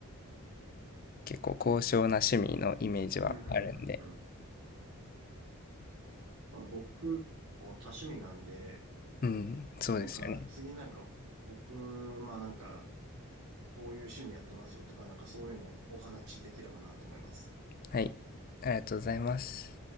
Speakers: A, on the left; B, on the right.
A: 結構高尚な趣味のイメージはあるんで。
B: うん、うん、うん、うん。まあ、僕、多趣味なんで、
A: うん、そうですよね。
B: なんか、次なんか、僕、まあなんか、こういう趣味やってますよとか、なんかそういうのをお話しできればなと思います。
A: はい。ありがとうございます。